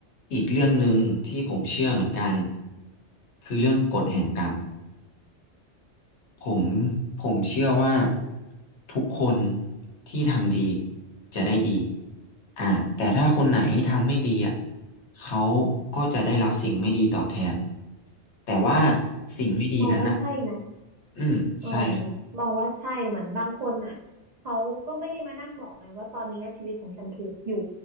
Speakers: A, on the left (about 70°); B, on the right (about 45°).
A: อีกเรื่องหนึ่งที่ผมเชื่อเหมือนกันคือเรื่องกฎแห่งกรรมผมผมเชื่อว่าทุกคนที่ทำดีจะได้ดีอ่าแต่ถ้าคนไหนทำไม่ดีอ่ะเขาก็จะได้รับสิ่งไม่ดีตอบแทนแต่ว่าสิ่งไม่ดีนั้นอ่ะ
B: มองว่าใช่นะ
A: อืมใช่
B: เออมองว่าใช่เหมือนบางคนน่ะเขาก็ไม่ได้มานั่งบอกไงว่าตอนนี้ชีวิตของฉันทุกข์อยู่